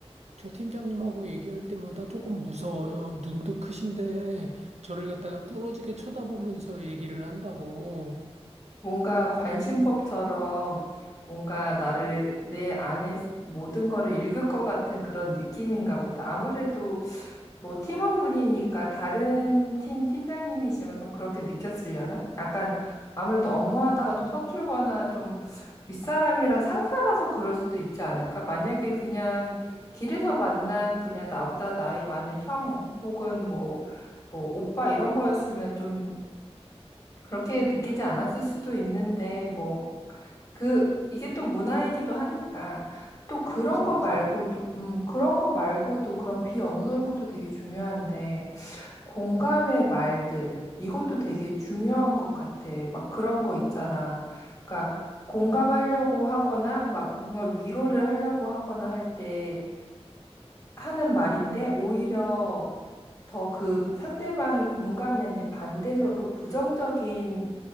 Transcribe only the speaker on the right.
저 팀장님하고 얘기할 때마다 조금 무서워요. 눈도 크신데, 저를 갖다가 뚫어지게 쳐다보면서 얘기를 한다고.
글쎄.
그렇지,
그렇지.